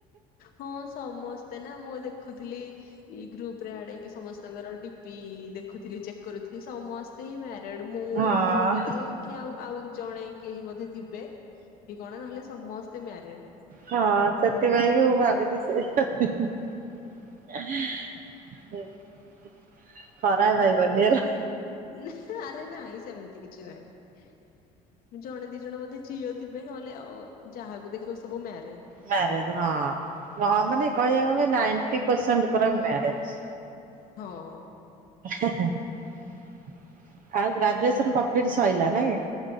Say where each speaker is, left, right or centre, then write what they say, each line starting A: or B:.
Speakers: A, on the left; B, on the right.
A: ହଁ ସମସ୍ତେ ନା ମୁଁ ଦେଖୁଥିଲି। ଏଇ ଗ୍ରୁପ ରେ ଆଡ ହେଇକି ସମସ୍ତଙ୍କର ଡିପି ଦେଖୁଥିଲି ଚେକ୍ କରୁଥିଲି ସମ ସ୍ତେ ହିଁ ମ୍ୟାରେଡ ମୁଁ
B: ନା ହଁ
A: ମୁଁ ବୋଧେ କିଏ ଆ-ଆଉ ଜଣେ କେହି ବୋଧେ ଥିବେ କି କଣ ନହେଲେ ସମସ୍ତେ ମ୍ୟାରେଡ।
B: ହଁ ସେଥିପାଇଁ ମୁଁ ଭାବିଲି ସେ ହା <unintelligible> ଖରାପ ଭାବନି ହେଲା।
A: ନା ଆରେ ନାଇଁ ସେମିତି କିଛି ନାହିଁ। ଜଣେ ଦି ଜଣ ବୋଧେ ଝିଅ ଥିବେ ନହେଲେ ଆ ଯାହାକୁ ଦେଖିବ ସବୁ ମ୍ୟାରେଡ।
B: ମ୍ୟାରେଡ ହଁ ମାନେ କହିବା ଗଲେ ନାଇଣ୍ଟି ପରସେଣ୍ଟ ମାରେଡ।
A: ହଁ।
B: ଆଉ ଗ୍ରାଜୁଏସନ କମ୍ପ୍ଲିଟ ସରିଲା ନାଇଁ।